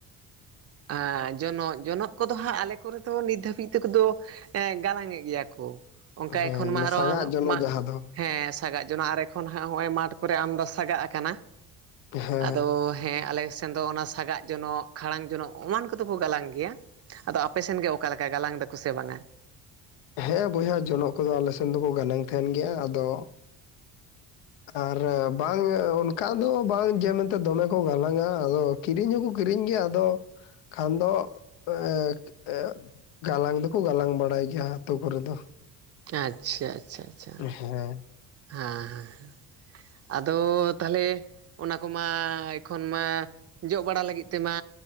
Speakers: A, on the right (about 35°); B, on the left (about 70°).
A: ᱟᱻ ᱡᱚᱱᱚᱜ, ᱡᱚᱱᱚᱜ ᱠᱚᱫᱚ ᱦᱟᱸᱜ ᱟᱞᱮ ᱠᱚᱨᱮ ᱫᱚ ᱱᱤᱛ ᱫᱷᱟᱹᱵᱤᱡ ᱛᱮ ᱠᱚᱫᱚ ᱮᱸ ᱜᱟᱞᱟᱝᱮᱫ ᱜᱮᱭᱟ ᱠᱚ ᱚᱱᱠᱟ
B: ᱦᱮᱸ
A: ᱮᱠᱷᱚᱱ ᱢᱟ
B: ᱚᱱᱟ ᱥᱟᱸᱜᱟᱜ
A: ᱟᱨᱚ
B: ᱡᱚᱱᱚᱜ
A: ᱢᱟ
B: ᱡᱟᱦᱟᱸ ᱫᱚ
A: ᱦᱮᱸ ᱥᱟᱜᱟᱜ ᱡᱚᱱᱟᱜ ᱟᱨ ᱮᱠᱷᱚᱱ ᱦᱟᱸᱜ ᱦᱚᱸᱜ-ᱚᱭ ᱢᱟᱴᱷ ᱠᱚᱨᱮ ᱟᱢᱫᱚ ᱥᱟᱜᱟᱜ ᱟᱠᱟᱱᱟ᱾
B: ᱦᱮᱸ
A: ᱟᱫᱚ ᱦᱮᱸ ᱟᱞᱮ ᱥᱮᱱ ᱫᱚ ᱚᱱᱟ ᱥᱟᱜᱟᱜ ᱡᱚᱱᱚᱜ, ᱠᱷᱟᱲᱟᱝ ᱡᱚᱱᱚᱜ ᱮᱢᱟᱱ ᱠᱚᱫᱚ ᱠᱚ ᱜᱟᱞᱟᱝ ᱜᱮᱭᱟ ᱟᱫᱚ ᱟᱯᱮᱥᱮᱱ ᱜᱮ ᱚᱠᱟ ᱞᱮᱠᱟ ᱜᱟᱞᱟᱝ ᱫᱟᱠᱚ ᱥᱮ ᱵᱟᱝᱟ?
B: ᱦᱮᱸ ᱵᱚᱭᱦᱟ ᱡᱚᱱᱚᱜ ᱠᱚᱫᱚ ᱟᱞᱮ ᱥᱮᱱ ᱫᱚᱠᱚ ᱜᱟᱱᱟᱝ ᱛᱟᱦᱮᱱ ᱜᱮᱭᱟ ᱟᱫᱚ, ᱟᱨ ᱵᱟᱝ ᱚᱱᱠᱟ ᱫᱚ ᱵᱟᱝ ᱡᱮ ᱢᱮᱱᱛᱮ ᱫᱚᱢᱮ ᱠᱚ ᱜᱟᱞᱟᱝᱼᱟ ᱟᱫᱚ ᱠᱤᱨᱤᱧ ᱦᱚᱸᱠᱚ ᱠᱤᱨᱤᱧ ᱜᱮᱭᱟ ᱟᱫᱚ ᱠᱷᱟᱱ ᱫᱚ ᱮᱸ ᱮᱸ ᱜᱟᱞᱟᱝ ᱫᱚᱠᱚ ᱜᱟᱞᱟᱝ ᱵᱟᱲᱟᱭ ᱜᱮᱭᱟ ᱦᱟᱸᱜ᱾ ᱟᱛᱳ ᱠᱚᱨᱮ ᱫᱚ᱾
A: ᱟᱪᱪᱷᱟ ᱟᱪᱪᱷᱟ ᱟᱪᱪᱷᱟ ᱟᱪᱪᱷᱟ᱾
B: ᱦᱮᱸ
A: ᱦᱮᱸ ᱦᱮᱸ ᱟᱫᱚ ᱛᱟᱦᱚᱞᱮ? ᱚᱱᱟ ᱠᱚᱢᱟ ᱮᱠᱷᱚᱱ ᱢᱟ ᱡᱚᱜ ᱵᱟᱲᱟ ᱞᱟᱹᱜᱤᱫ ᱛᱮᱢᱟ